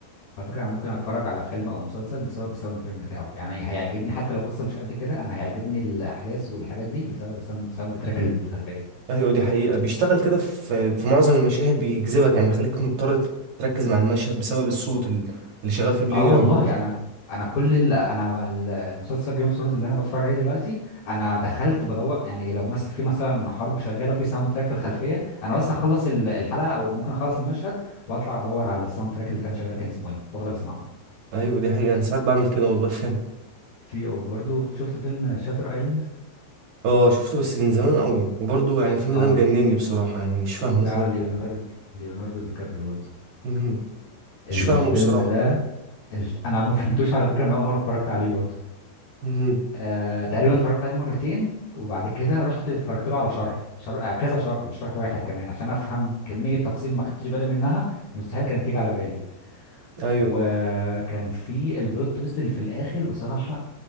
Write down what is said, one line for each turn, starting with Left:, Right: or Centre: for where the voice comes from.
Left: على فكرة انا ممكن اتفرج على فيلم او مسلسل بسبب الساوند تراك بتاعه يعني هيعجبني حتى لو قصة مش قد كده انا هيعجبني الاحداث والحاجات دي بسبب الساوند ساوند تراك اللي في الخلفية
Right: ايوه دي حقيقة بيشتغل كده في في معظم المشاهد بيجذبك يعني بيخليك مضطر تركز مع المشهد بسبب الصوت ال- اللي شغال في البلاي
Left: اه
Right: جراوند
Left: والله انا انا كل ال... انا ال- المسلسل جيم اوف ثرونز اللي انا بتفرج عليه دلوقتي انا دخلت بدور يعني لو مثلا في مثلا حرب شغاله وفي ساوند تراك في الخلفيه انا بس اخلص ال- الحلقه او ممكن اخلص المشهد واطلع ادور على الساوند تراك اللي كان شغال كان اسمه ايه وافضل اسمعه
Right: ايوه دي حقيقة انا ساعات بعمل كده والله <laughs> فعلا
Left: في وبرضه شفت فيلم شاتر ايلاند
Right: اه شفته بس من زمان قوي وبرضه يعني الفيلم
Left: اه
Right: ده مجنني بصراحة يعني مش فاهمه
Left: بتاع
Right: خالص
Left: ليوناردو ليوناردو دي كابريو برضه
Right: مهم.
Left: الفيلم
Right: مش فاهمه بصراحة
Left: ده
Right: خالص.
Left: الف... انا ما فهمتوش على فكره من اول مره اتفرجت عليه برضو
Right: مهم.
Left: آه... تقريبا اتفرجت عليه مرتين وبعد كده رحت اتفرجت له على شرح شرح آه، كذا شرح مش شرح واحد كمان عشان افهم كميه تفاصيل ما خدتش بالي منها مستحيل كانت تيجي على بالي
Right: ايوه
Left: وكان في البلوت تويست اللي في الاخر بصراحه